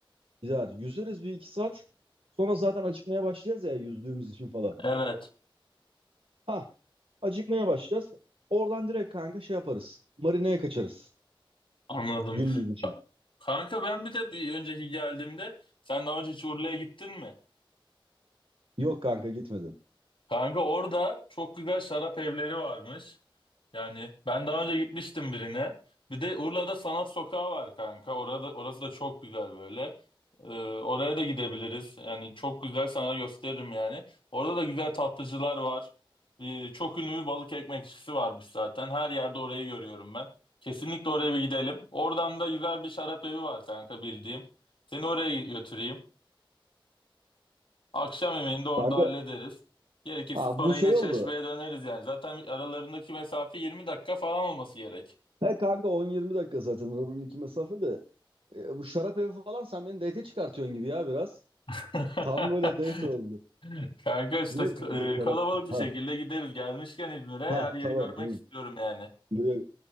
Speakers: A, on the right; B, on the left.
A: gider. Yüzeriz bir iki saat. Sonra zaten acıkmaya başlayacağız ya yüzdüğümüz için falan.
B: Evet,
A: Ha, acıkmaya başlayacağız. Oradan direkt kanka şey yaparız. Marina'ya kaçarız
B: anladım.
A: gündüz için.
B: Ka- Kanka ben bir de bir önceki geldiğimde sen daha önce hiç Urla'ya gittin mi?
A: Yok kanka gitmedim.
B: Kanka orada çok güzel şarap evleri varmış. Yani ben daha önce gitmiştim birine. Bir de Urla'da Sanat Sokağı var kanka. Orada orası da çok güzel böyle. Ee, oraya da gidebiliriz. Yani çok güzel sana gösteririm yani. Orada da güzel tatlıcılar var. Ee, çok ünlü bir balık ekmekçisi varmış zaten. Her yerde orayı görüyorum ben. Kesinlikle oraya bir gidelim. Oradan da güzel bir şarap evi var kanka bildiğim. Seni oraya götüreyim. Akşam yemeğini de orada
A: Kanka
B: hallederiz. Gerekirse
A: ha,
B: sonra
A: bu şey
B: yine Çeşme'ye
A: oldu.
B: döneriz yani. Zaten aralarındaki mesafe 20 dakika falan olması gerek.
A: He kanka 10-20 dakika zaten aranın iki mesafe de. E, bu şarap evi falan sen beni date'e çıkartıyorsun gibi ya biraz.
B: <laughs>
A: Tam böyle date oldu.
B: Kanka işte
A: Yok kanka
B: e,
A: şarap.
B: kalabalık
A: Ha,
B: bir şekilde gideriz. Gelmişken İzmir'e her
A: ha
B: yeri
A: tamam
B: görmek
A: tamam.
B: istiyorum yani.
A: Böyle